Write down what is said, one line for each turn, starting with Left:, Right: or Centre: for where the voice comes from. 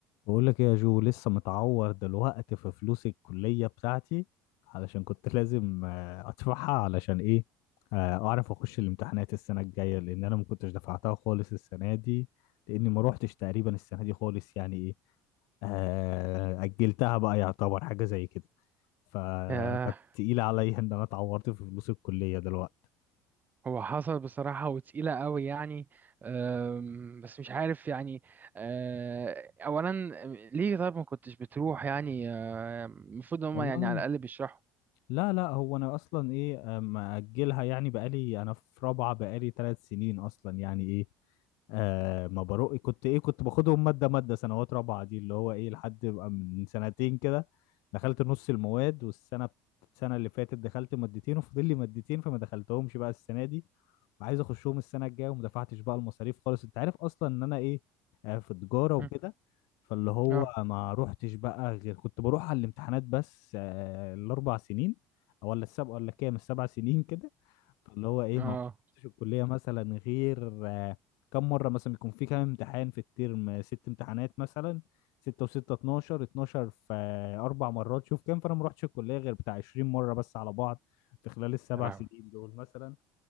Left: بقول لك إيه يا جو لسه متعور دلوقتي في فلوس الكلية بتاعتي علشان كنت <laughs> لازم آه، ادفعها علشان ايه آه، اعرف اخش الامتحانات السنة الجاية لان انا ما كنتش دفعتها خالص السنة دي لاني ما روحتش تقريبا السنة دي خالص يعني ايه آه، اجلتها بقى يعتبر حاجة زي كده ف-
Right: آه،
Left: فكانت تقيلة عليا ان انا اتعورت في فلوس الكلية دلوقتي
Right: هو حصل بصراحة وتقيلة قوي يعني آم، بس مش عارف يعني آه، أولا ليه طيب ما كنتش بتروح يعني آم، المفروض إن هما
Left: والله
Right: يعني على الأقل بيشرحوا
Left: لا لا هو انا اصلا ايه آه، مأجلها يعني بقالي انا في رابعة بقالي ثلاث سنين اصلا يعني ايه آه ما بروق كنت ايه كنت باخدهم مادة مادة سنوات رابعة دي اللي هو ايه لحد ما من سنتين كده دخلت نص المواد والسنة السنة اللي فاتت دخلت مادتين وفاضل لي مادتين فما دخلتهمش بقى السنة دي عايز اخشهم السنه الجايه وما دفعتش بقى المصاريف خالص انت عارف اصلا ان انا ايه آه، في تجاره وكده
Right: مم،
Left: فاللي هو
Right: اه
Left: ما روحتش بقى غير كنت بروح على الامتحانات بس آه، الاربع سنين او ولا السبع ولا كام السبع سنين <laughs> كده فاللي هو ايه
Right: اه
Left: ما رحتش الكليه مثلا غير آه، كم مره مثلا بيكون في كام امتحان في الترم آه، ست امتحانات مثلا ستة وستة 12 12 في آه، أربع مرات شوف كام فأنا ما رحتش الكلية غير بتاع 20 مرة بس على بعض في خلال السبع
Right: يا لهوي
Left: سنين دول مثلا